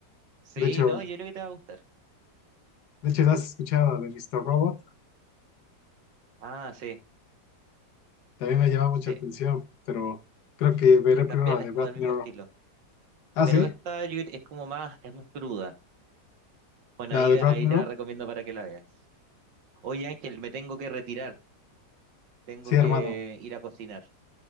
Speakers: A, on the right; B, on the left.
A: Sí,
B: De hecho,
A: no, yo creo que te va a gustar.
B: de hecho, has escuchado de Mr. Robot?
A: Ah, sí,
B: También me llama mucha
A: sí.
B: atención, pero creo que veré primero
A: También
B: la de
A: es como
B: Brad
A: del mismo
B: Mirror.
A: estilo.
B: Ah,
A: Pero
B: sí,
A: esta yo- es como más, es más cruda. Bueno,
B: la
A: ahí,
B: de Brad
A: ahí
B: Mirror.
A: te la recomiendo para que la veas. Oye, Ángel, me tengo que retirar, tengo
B: Sí, hermano.
A: que ir a cocinar,